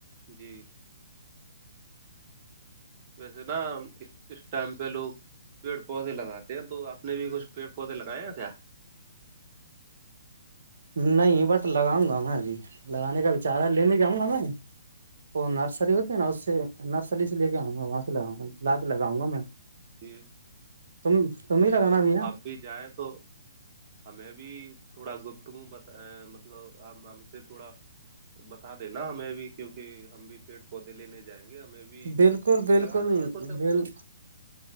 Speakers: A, on the right; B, on the right.
A: جی ویسے نا اس اس ٹائم پہ لوگ پیڑ پودے لگاتے ہیں تو آپ نے بھی کچھ پیڑ پودے لگائے ہیں کیا
B: نہیں بٹ لگاؤں گا میں ابھی لگانے کا بچار ہے لینے جاؤں گا میں تو نرسری ہوتی ہے نا اس سے نرسری سے لے کے آؤں گا وہاں سے لگاں گا لا کے لگاؤں گا میں
A: جی
B: تم تم
A: جی
B: ہی لگانا
A: اگر
B: بھیا
A: آپ بھی جائیں تو ہمیں بھی تھوڑا گپت ہوں ب مطلب ہم سے تھوڑا بتا دینا ہمیں بھی کیونکہ ہم بھی پیڑ پودے لینے جائیں گے ہمیں بھی
B: بالکل بالکل
A: لگاانے ہیں کچھ اپنے
B: بال